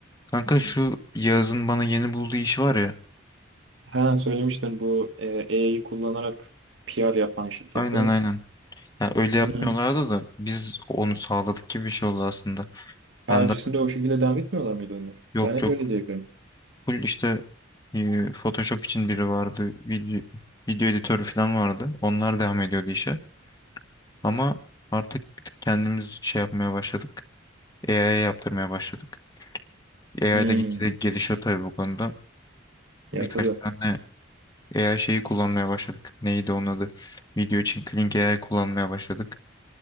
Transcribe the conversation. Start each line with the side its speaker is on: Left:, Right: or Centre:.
Left: Kanka şu Yağız'ın bana yeni bulduğu iş var ya.
Right: Ha söylemiştin bu AI'yi kullanarak PR yapan şirket
Left: Aynen
Right: değil mi?
Left: aynen. Ya öyle yapmıyorlardı
Right: Hı hı.
Left: da biz onu sağladık gibi bir şey oldu aslında.
Right: Ha,
Left: Ben
Right: öncesinde
Left: de
Right: o şekilde devam etmiyorlar mıydı onlar?
Left: yok
Right: Ben hep
Left: yok
Right: öyle diyebiliyorum.
Left: full işte e, Photoshop için biri vardı. Video, video editörü falan vardı. Onlar devam ediyordu işe. Ama artık bir tık kendimiz şey yapmaya başladık. AI'ye yaptırmaya başladık. AI
Right: Hmm.
Left: da gitgide gelişiyor tabii bu konuda.
Right: Ya
Left: Birkaç
Right: tabii.
Left: tane AI şeyi kullanmaya başladık. Neydi onun adı? Video için Kling AI kullanmaya başladık.